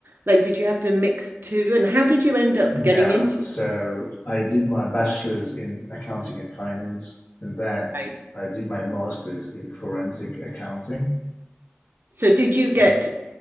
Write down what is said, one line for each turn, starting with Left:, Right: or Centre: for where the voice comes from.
Right: Like did you have to mix two? And how did you end up
Left: No.
Right: getting into
Left: So
Right: it?
Left: I did my bachelor's in accounting and finance, and then
Right: Right.
Left: I did my master's in forensic accounting.
Right: So did you get
Left: And